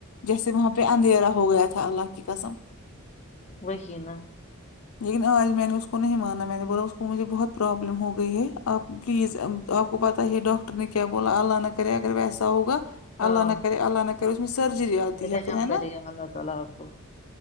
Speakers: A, on the left (about 75°); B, on the left (about 30°).
A: جیسے وہاں پہ اندھیرا ہو گیا تھا اللہ کی قسم
B: وہقینہ
A: لیکن آج میں نے اس کو نہیں مانا میں نے بولا اس کو مجھے بہت پرابلم ہو گئی ہے آپ پلیز تو آپ کو پتہ ہی ڈاکٹر نے کیا بولا اللہ نہ کرے اگر ویسا ہوگا
B: ہاں
A: اللہ نہ کرے اللہ نہ کرے اس میں سرجری آتی ہے
B: رحم
A: پھر ہے
B: کرے
A: نا
B: گا اللہ تعالی آپ کو